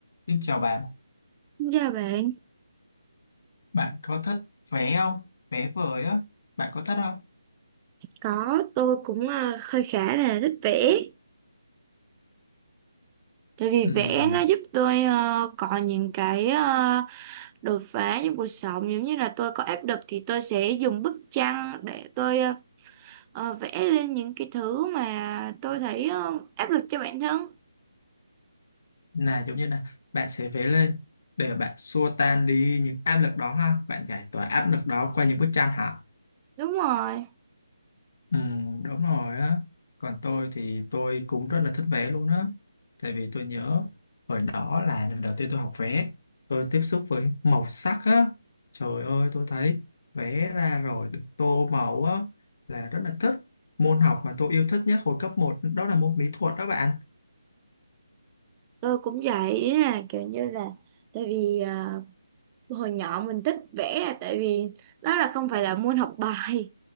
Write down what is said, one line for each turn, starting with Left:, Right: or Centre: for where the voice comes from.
Left: Xin chào bạn,
Right: Dạ bạn,
Left: bạn có thích vẽ không? Vẽ vời á, bạn có thích không?
Right: có tôi cũng à, hơi khá là thích vẽ Tại vì
Left: Ừm,
Right: vẽ nó giúp tôi ờ, có những cái ờ, đột phá trong cuộc sống Giống như là tôi có áp lực thì tôi sẽ dùng bức tranh để tôi ờ, ờ, vẽ lên những cái thứ mà tôi thấy ờ, áp lực cho bản thân
Left: là giống như là bạn sẽ vẽ lên để bạn xua tan đi những áp lực đó ha, bạn giải tỏa áp lực đó qua những bức tranh hả?
Right: Đúng rồi,
Left: Ừ, đúng rồi á. Còn tôi thì tôi cũng rất là thích vẽ luôn á. Tại vì tôi nhớ hồi đó là lần đầu tiên tôi học vẽ, tôi tiếp xúc với màu sắc á. Trời ơi, tôi thấy vẽ ra rồi được tô màu á là rất là thích. Môn học mà tôi yêu thích nhất hồi cấp một đó là môn mỹ thuật đó bạn.
Right: tôi cũng vậy ý là kiểu như là Tại vì ờ, hồi nhỏ mình thích vẽ là tại vì đó là không phải là môn học bài